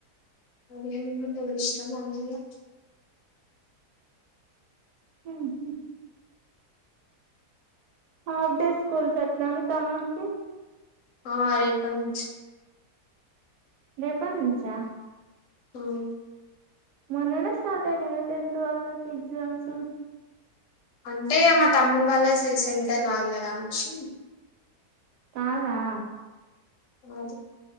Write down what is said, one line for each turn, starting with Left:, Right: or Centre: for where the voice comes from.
Left: అదేమో ఎవరి ఇష్టం. వాళ్లదిగా
Right: ఉహ్ హు హాఫ్ డేస్ స్కూల్స్ వచ్చా మీ తమ్మున్కి
Left: ఆ రేపనుంచి
Right: రేప నుంచా?
Left: అవున్
Right: మొన్ననే స్టార్ట్ అయినాగా టెన్త్ వాళ్ళకి ఎగ్జామ్సు
Left: అంటే ఇగ మా తమ్ముడి వల్ల సె సెంటర్ గాదు గదా అనేసి.
Right: కాదా
Left: అదు